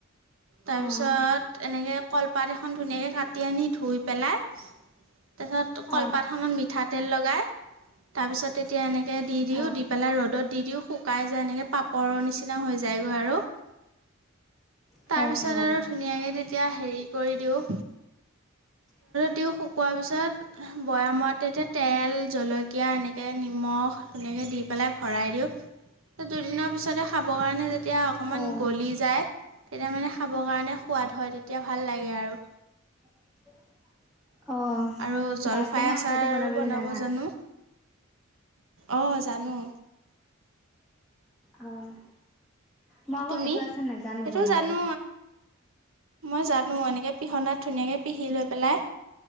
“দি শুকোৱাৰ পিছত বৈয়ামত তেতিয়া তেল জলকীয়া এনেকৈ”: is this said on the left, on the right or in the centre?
Right